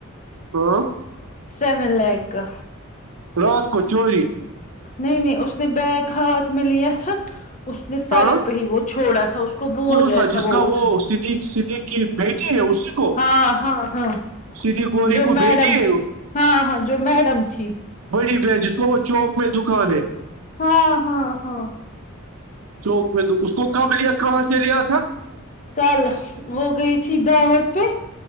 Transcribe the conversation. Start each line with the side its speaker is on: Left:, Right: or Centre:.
Right: ہاں
Left: سیون لاکھ کا
Right: رات کو چوری
Left: نہیں نہیں اس نے بیگ ہاتھ میں لیا تھا اس نے سڑک
Right: ہاں
Left: پہ ہی وہ چھوڑا تھا اس کو بھول
Right: کون
Left: گیا
Right: سا
Left: تھا
Right: جس
Left: وہ
Right: کا
Left: اٹھا
Right: صدیق صدیق کی بیٹی ہے اسی کو
Left: ہاں ہاں ہاں
Right: سیدھی گوری
Left: جو
Right: کو
Left: میڈم
Right: بیٹی ہے
Left: تھی ہاں ہاں جو میڈم تھی
Right: بڑی بین جس کو وہ چوک میں دکان ہے
Left: ہاں ہاں ہاں
Right: چوک میں تو اس کو کب لیا کہاں سے لیا تھا
Left: کل وہ گئی تھی دعوت پہ